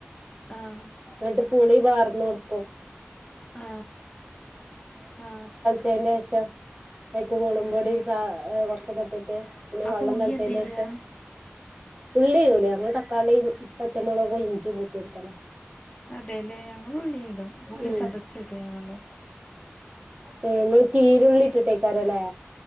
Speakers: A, on the left; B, on the right.
A: അഹ്
B: എന്നിട്ട് പുള്ളി വാർന്ന് കൊടുക്കും
A: ആ ആ
B: <unintelligible> കൈക്ക് മുള്ളും
A: ആ
B: പൊടി ച്ച കുറച് പട്ടിട്ട് പിന്നെ
A: അപ്പൊ
B: വെള്ളം
A: ഉള്ളി
B: തളച്ചതിന്റെ
A: എന്ത് ചെയ്യാ
B: ശേഷം ഉള്ളരുുംല്ലേ അങ്ങനെ തക്കാളി പച്ചമുളകും ഇഞ്ചും പൂത്തിടുക്കല
A: അതേല്ലേ ഞങ്ങൾ ഉള്ളിടും ഉള്ളി
B: ഉം
A: ചതച്ചിടും ഞങ്ങൾ
B: നിങ്ങൾ ചീരുള്ളി ഇട്ടിട്ടേക്കാരല്ലേ